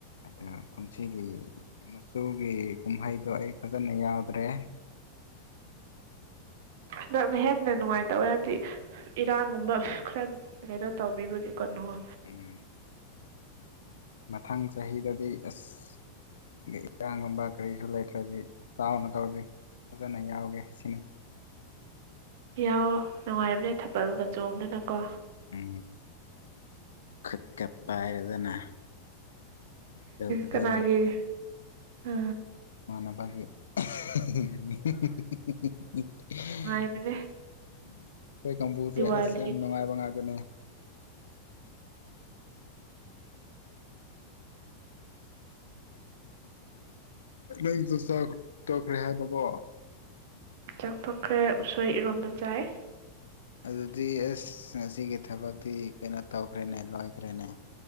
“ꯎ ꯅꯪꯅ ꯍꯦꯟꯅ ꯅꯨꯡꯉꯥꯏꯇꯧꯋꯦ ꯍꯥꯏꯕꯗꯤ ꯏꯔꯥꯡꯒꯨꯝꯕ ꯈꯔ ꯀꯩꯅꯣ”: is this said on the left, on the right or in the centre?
Right